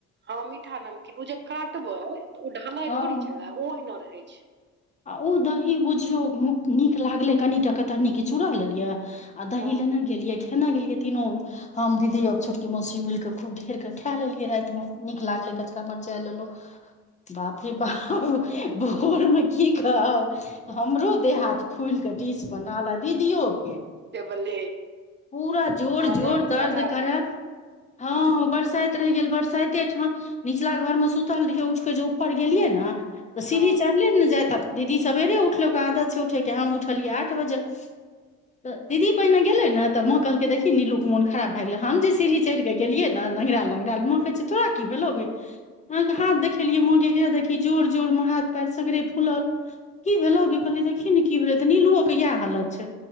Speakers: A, on the right (about 40°); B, on the left (about 25°).
A: हँ मीठा नमकीन ओ जे काटबै तऽ ओ ढालै
B: हँ
A: थोड़ी छै ओहिना रहे।
B: ओ दही बुझियौ नीक लागलै कनिटा कतरनीक चूड़ा लेलियै। आधा
A: हँ
B: हल नहि गेलियैख नै गेलियै तीननो। हम दीदी आब छोटकी मौसी मिल कऽ खूब ढर कऽ खए लेलियै।। रातिमे नीक लागले
A: हँ
B: कचका मरचाई लेलहु बाप हे बाप भोर मे। कि कहब हमरो देह हाथ फूल के डिश बनाल दीदियओ के।
A: से बले
B: पूरा जोर
A: मजा
B: जोर दर्द
A: मे सजा
B: करे
A: भए गेल
B: हँ बरसाइते रहि गेल बरसाइते ठमा। निचला घरमे सुतलि उठ कऽ जे ऊपर गेलियै ने तऽ सीढ़ी।
A: हँ
B: चढ़लियै ने जा तऽ दीदी सवेरे उठल आदत छै उठेके हम उठलियै आठ बजे। दीदी पहिने गेले न तऽ माँ कहलकै देखी नीलू के मोन खराब भए गेले हम जे सीढ़ी चढ़ गेल। गेलिय नहीरा लंगरा माँ कहै छै तोरा की भेलो गे। अहाँकेँ
A: हँ
B: हाथ देखेलियै मंगे हे देखी जोर जोर मे हाथ पएर सगरे खुलल कि भेलो कि कहलियै देखी ने कि भेलै तऽ नीलुओ के इएह हालत छै।